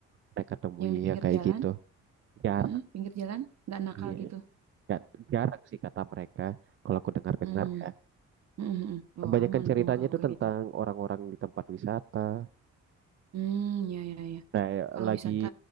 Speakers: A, on the right; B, on the right.
A: mereka temui
B: yang di pinggir
A: yang kayak
B: jalan,
A: gitu. Jarang.
B: Mm-mm, pinggir jalan, nggak nakal
A: Iya.
B: gitu.
A: Nggak- jarang sih kata mereka, kalau aku dengar-dengar
B: Hmm,
A: ya.
B: mm-mm-mm. Oh
A: Kebanyakan
B: aman
A: ceritanya
B: dong kalau
A: itu
B: kayak
A: tentang
B: gitu.
A: orang-orang di tempat wisata,
B: Hmm, ya ya ya.
A: kayak
B: Kalau
A: lagi,
B: wisata,